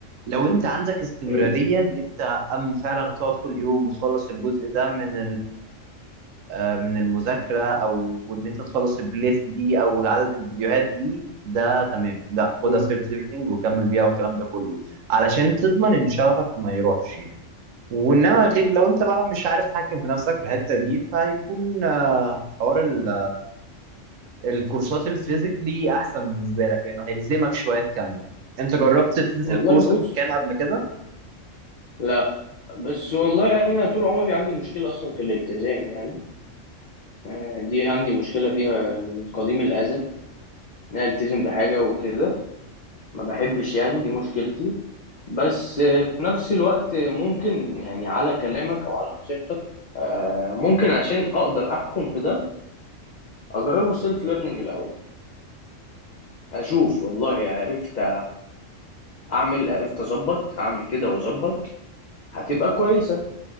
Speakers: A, on the right (about 80°); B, on the left (about 45°).
A: لو أنت عندك استمرارية
B: مم،
A: إن أنت أم فعلا هتقعد كل يوم وتخلص الجزء ده من آه، من المذاكرة أو إن أنت تخلص البلاي ليست دي أو عدد الفيديوهات دي ده تمام لا خدها
B: مم.
A: سيلف ليرنينج وكمل بيها والكلام ده كله علشان تضمن إن شغفك ما يروحش يعني وإنما غير لو أنت بقى مش عارف تتحكم في نفسك في الحتة دي فهيكون آه، حوار ال- الكورسات الفيزيكلي أحسن بالنسبة لك لأنه هيلزمك شوية تكمل أنت جربت تنزل
B: والله
A: كورس
B: بص
A: في مكان قبل كده؟
B: لا بس والله انا طول عمري عندي مشكله اصلا في الالتزام يعني آه، دي عندي مشكلة فيها من قديم الأزل إن أنا ألتزم بحاجة وكده ما بحبش يعني دي مشكلتي بس آه، في نفس الوقت آه، ممكن يعني على كلامك أو على نصيحتك آه، ممكن عشان أقدر أحكم في ده أجربه سيلف ليرنينج الأول أشوف والله عرفت أعمل عرفت أظبط أعمل كده وأظبط هتبقى كويسة